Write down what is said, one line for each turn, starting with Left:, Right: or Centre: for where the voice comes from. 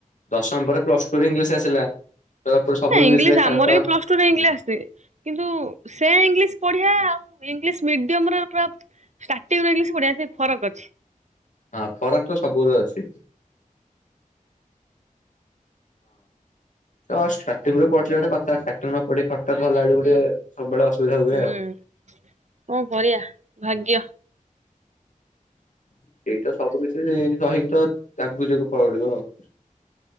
Left: ଦଶମ ପରେ ପ୍ଲସ ଟରେ ଇଂଲିଶ ଆସିଲା। ତ ପୁରା ସବୁ
Right: ଇଂଲିଶ
Left: ଲେଖା
Right: ଆମର
Left: ତ
Right: ବି ପ୍ଲସ ଟୁରେ ଇଂଲିଶ ଆସି କିନ୍ତୁ ସେ ଇଂଲିଶ ପଢଆ ଆଉ। ଇଂଲିଶ ମିଡିୟମ ର ପୁରା। ଷ୍ଟାର୍ଟିଂଇ ପଢଆ ସେ ଫରକ ଅଛି।
Left: ଫରାକ ତ ସବୁରେ ଅଛି ହଁଟି ପ ଗୋଟେ କଥା। ଖ ନ ପଡ ଖଟଲା ବେଳକୁ ଗୋଟେ ସବୁବେଳେ ଅସୁବିଧା ହୁଏ
Right: ହୁଁ
Left: ଆଉ।
Right: କଣ କରିବା ଭାଗ୍ୟ
Left: ସେଇ ତ ସବୁ କିଛି ସହିକି ତ ତାକୁ ବୁଝିବାକୁ ପଡିବ ଆଉ।